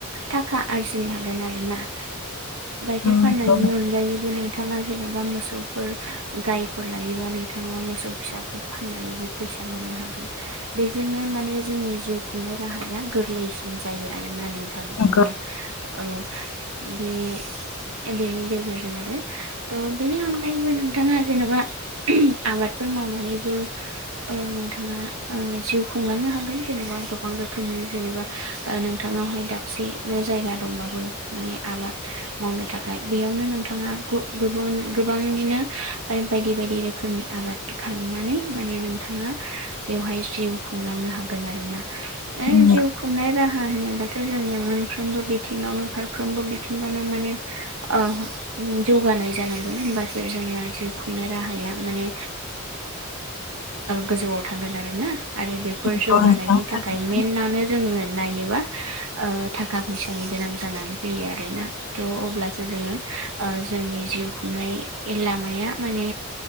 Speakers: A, on the right; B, on the left.
A: थाखा आरजिनो हागोन आरो ना दाख
B: नंगौ
A: फाननायनि अ जायो नोंथाङा जेन'बा मोसौफोर गायफोर लायोबा नोंथाङा मोसौ फिसाखौ फाननानैबो फैसा मोननो हागोन बेजोंनो माने जोंनि जिउ खुंनाय राहाया गोरलैसिन जायो आरोना नों
B: नंगौ
A: जेन'बा औनि गेजेरजों आरो थ' बेनि अनगायैबो नोंथाङा जेन'बा आबादफोर मावनानैबो नोंथाङा जिउ खुंलांनो हागोन जेनेबा गोबां रोखोमनि जेनेबा नोंथांनावहाय दाबसेल' जायगा दंबाबो माने आबाद मावनो थाखाय बेयावनो नोंथाङा गोबांनिनो बायदि बायदि रोखोमनि आबाद खालामनानै माने नोंथाङा बेवहाय जिउ खुंलांनो हागोन आरोोना आरो
B: नंगौ
A: जिउ खुंनाय राहा होनोबाथ' जोङो मोनफ्रोमबो बिथिङावनो फारफ्रोमबो बिथिङावनो माने अ जौगानाय जानांगोन होमबासो जोंना जिउ खुंनाय राहाया माने गोजौआव थांगोन आरोना आरो बेफोर
B: नंगौ
A: जौगानायनि
B: नोंथां थारैनो
A: थाखाय मेनानो जोङो नायोबा थाखा फैसानि गोनां जानानै फैयो आरोना थ' अब्लासो जोङो जोंनि जिउ खुंनाय लामाया माने